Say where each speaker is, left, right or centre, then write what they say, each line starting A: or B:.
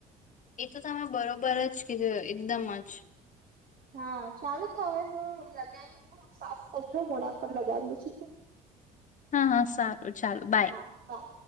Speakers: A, on the left; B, on the right.
A: એ તો તમે બરોબર જ કિધું એકદમ જ
B: હા ચાલુ તો હવે હું લગાવી સાફ કરીલ મોડા પર લગાવેલું છે
A: હા હા સારું ચાલું બાય
B: હા બાય